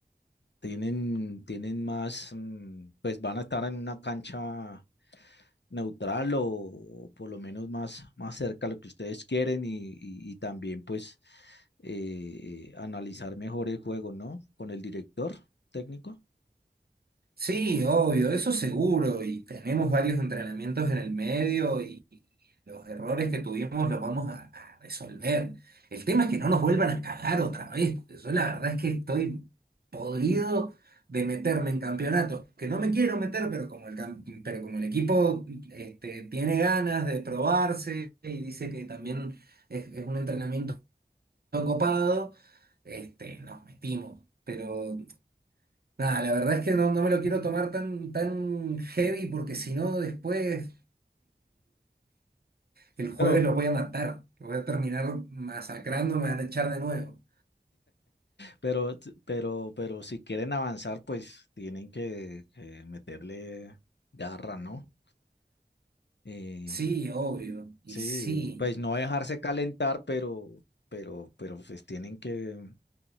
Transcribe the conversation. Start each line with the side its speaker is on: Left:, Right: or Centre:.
Left: tienen, tienen más, mm, pues van a estar en una cancha neutral o, o por lo menos más, más cerca a lo que ustedes quieren y, y- y también pues eh, analizar mejor el juego, ¿no? Con el director técnico.
Right: Sí, obvio, eso seguro, y tenemos varios entrenamientos en el medio Los errores que tuvimos los vamos a, a resolver. El tema es que no nos vuelvan a cagar otra vez, porque yo la verdad es que estoy podrido de meterme en campeonatos, que no me quiero meter, pero como el, cam- pero como el equipo este, tiene ganas de probarse y dice que también es, es un entrenamiento copado, este, nos metimos. Pero nada, la verdad es que no, no me lo quiero tomar tan, tan heavy, porque si no después... El
Left: Pero
Right: jueves los voy a matar, los voy a terminar masacrando, me van a echar de nuevo.
Left: Pero, t- pero, pero si quieren avanzar, pues tienen que, que meterle garra, ¿no? Eh,
Right: Sí, obvio, y
Left: sí,
Right: sí,
Left: pues no dejarse calentar, pero, pero, pero pues tienen que,